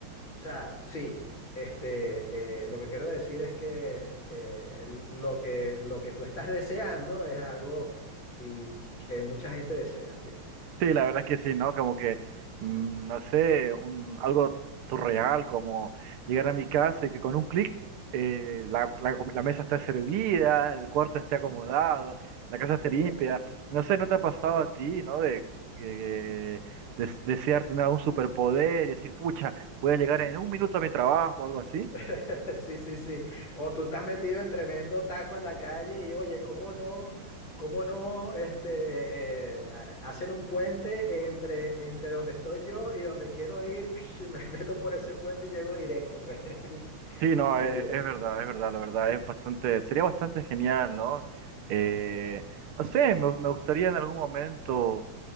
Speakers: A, on the left; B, on the right.
A: O sea, sí, este, eh, lo que quiero decir es que, eh, el- lo que lo que tú estás deseando es algo sí, que mucha gente desea, sí.
B: Sí, la verdad es que sí, ¿no? Como que, mm, no sé, un, algo surreal, como llegar a mi casa y que con un clic eh, la, la com- la mesa está servida, el cuarto esté acomodado, la casa esté limpia. No sé, ¿no te ha pasado a ti, ¿no? De, que- de- desear tener algún superpoder y decir, pucha, voy a llegar en un minuto a mi trabajo o algo así.
A: <laughs> Sí, sí, sí. O tú estás metido en tremendo taco en la calle y oye, ¿cómo no, cómo no este, eh, ha- hacen un puente entre, entre donde estoy yo y donde quiero ir y <laughs> me meto por ese puente y llego directo, pues. <laughs>
B: Sí, no,
A: Sí,
B: e- es, verdad, es verdad, la verdad, es bastante, sería bastante genial, ¿no? Eh, no sé, me, me gustaría en algún momento